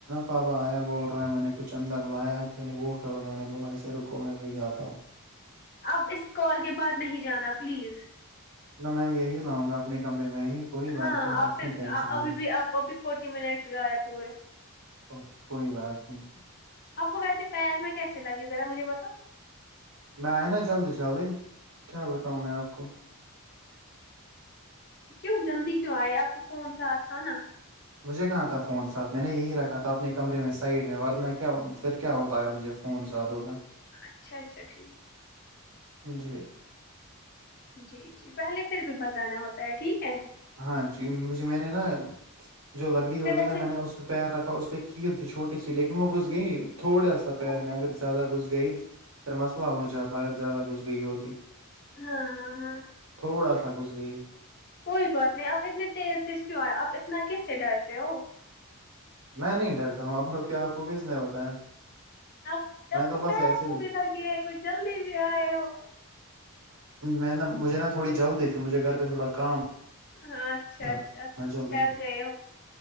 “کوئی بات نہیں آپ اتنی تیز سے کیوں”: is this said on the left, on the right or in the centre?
Left